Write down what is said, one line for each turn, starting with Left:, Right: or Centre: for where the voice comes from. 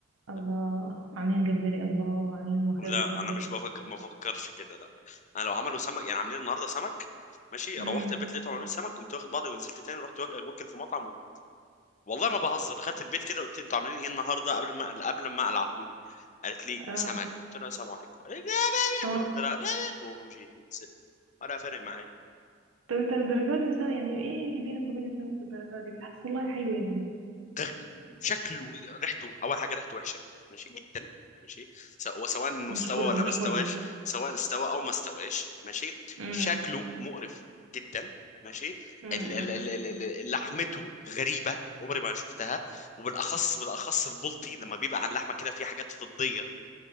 Right: الله
Left: فاهمة؟
Right: عاملين جمبري الله عاملين ملوخيه
Left: لا
Right: بالجمبري
Left: انا مش بفكر ما بفكرش كده لا انا لو عملوا سمك يعني عاملين النهارده سمك ماشي
Right: امم
Left: روحت البيت لقيتهم عاملين سمك قمت واخد بعضي ونزلت تاني رحت واك- واكل في مطعم و... والله ما بهزر دخلت البيت كده قلت انتوا عاملين ايه النهارده قبل ما قبل ما اقلع هدومي قالت لي
Right: اه
Left: سمك قلت لها السلام عليكم قالت لي لا
Right: طب
Left: قلت لها لا ومشيت نزلت ولا فارق معايا
Right: طب انت للدرجات دي سام- يعني ايه اللي بينك وبين السمك في الدرجات دي بالعكس والله حلو يا ابني
Left: غ- شكله ريحته اول حاجه ريحته وحشه ماشي جدا ماشي س- وسواء انه
Right: مش
Left: استوى
Right: كله
Left: ولا
Right: مش
Left: ما استواش
Right: كله
Left: سواء استوى او ما استواش ماشي
Right: امم
Left: شكله مقرف جدا ماشي
Right: امم
Left: ال- ال- ال- ال- ال- لحمته غريبه عمري ما شفتها وبالاخص بالاخص البلطي لما بيبقى على اللحمه كده في حاجات فضيه